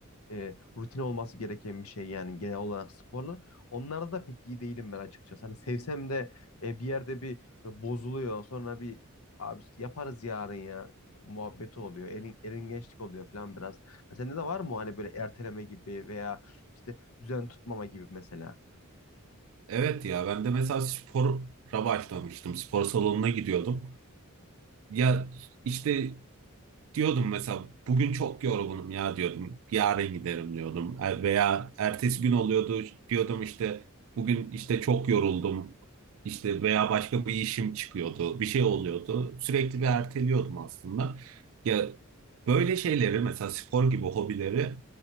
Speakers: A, on the left; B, on the right.
A: e, rutin olması gereken bir şey yani genel olarak sporla. Onlarda da pek iyi değilim ben açıkçası. Hani sevsem de e, bir yerde bir e, bozuluyor. Sonra bir abi yaparız yarın ya muhabbeti oluyor. Erin, eringeçlik oluyor falan biraz. Ya sende de var mı hani böyle erteleme gibi veya işte düzen tutmama gibi mesela?
B: Evet ya ben de mesela spora başlamıştım. Spor salonuna gidiyordum. Ya işte Diyordum mesela bugün çok yorgunum ya diyordum. Yarın giderim diyordum. E, Veya ertesi gün oluyordu diyordum işte bugün işte çok yoruldum. İşte veya başka bir işim çıkıyordu. Bir şey oluyordu. Sürekli bir erteliyordum aslında. Ya böyle şeyleri mesela spor gibi hobileri